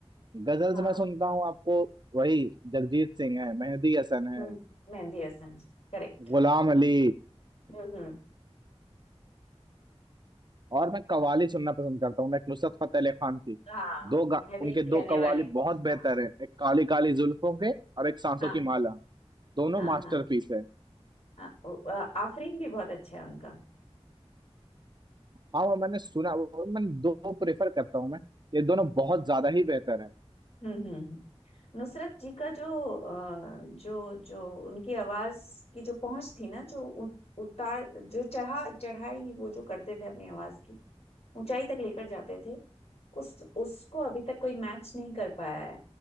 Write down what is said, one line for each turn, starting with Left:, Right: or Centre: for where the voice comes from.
Right: गजल्स
Left: हाँ
Right: मैं सुनता हूँ आपको वही जगजीत सिंह है मेहदी हसन
Left: हम्म
Right: है
Left: मेहंदी हसन करेक्ट
Right: गुलाम अली
Left: हम्म हम्म
Right: और मैं कव्वाली सुनना पसंद करता हूँ मैं एक नुसरत फतेह अली खान की
Left: हाँ
Right: दो गा,
Left: मैं भी
Right: उनके
Left: कहने
Right: दो कव्वाली
Left: वाली थी
Right: बहुत बेहतर
Left: हाँ
Right: है एक काली काली जुल्फों के और एक सांसों
Left: हाँ
Right: की माला दोनों
Left: हाँ
Right: मास्टरपीस
Left: हाँ
Right: है
Left: हाँ ओ, अ, आफरीन भी बहुत अच्छा है उनका
Right: हाँ वो मैंने सुना वो मैं दो प्रेफर करता हूँ मैं ये दोनों बहुत ज्यादा ही बेहतर है
Left: हम्म हम्म हम्म। नुसरत जी का जो अ, जो जो उनकी आवाज की जो पहुंच थी ना जो उ- उतार जो चढ़ा चढ़ाई वो जो करते थे अपनी आवाज की ऊंचाई तक लेकर जाते थे उस उसको अभी तक कोई मैच नहीं कर पाया है